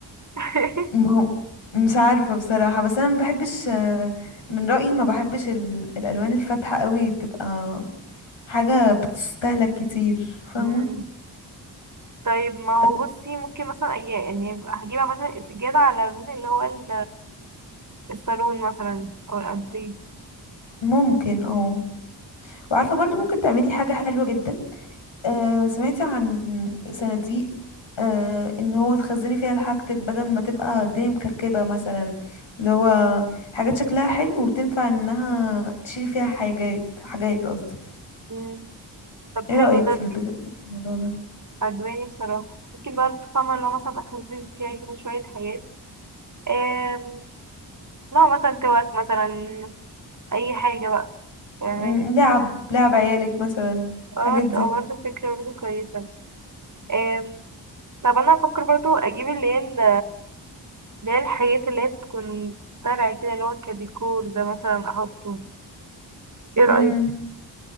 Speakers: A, on the right; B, on the left.
A: <laughs>
B: ما هو مش عارفه بصراحه بس انا ما بحبش آه، من رايي ما بحبش ال... الالوان الفاتحه قوي تبقى حاجه بتستهلك كتير فاهمه
A: مم. طيب ما هو
B: طب
A: بصي ممكن مثلا أي- يعني هجيب مثلا السجادة على اللون اللي هو ال- الصالون مثلا أو الأنتريه
B: ممكن اه وعارفه برضو ممكن تعملي حاجه حلوه جدا آه سمعتي عن صناديق آه ان هو تخزني فيها حاجتك بدل ما تبقى الدنيا مكركبة مثلا اللي هو حاجات شكلها حلو وتنفع انها تشيلي فيها حاجات حاجات قصدي
A: مم. طب
B: ايه
A: حلو
B: رأيك
A: ده
B: في الب- في الموضوع ده
A: عجباني بصراحة ممكن برضه فاهمة اللي هو مثلا أخزن فيها كده شوية حاجات آم، نوع مثلا توك مثلا أي حاجة بقى فاهماني
B: مم، لعب لعب عيالك مثلا
A: اه
B: الحاجات دي
A: تبقى برضه فكرة برضه كويسة آم، طب أنا أفكر برضه أجيب اللي هي ال- اللي هي الحاجات اللي هي بتكون طالعة كده اللي هو كديكور ده مثلا أحطه ايه رأيك
B: امم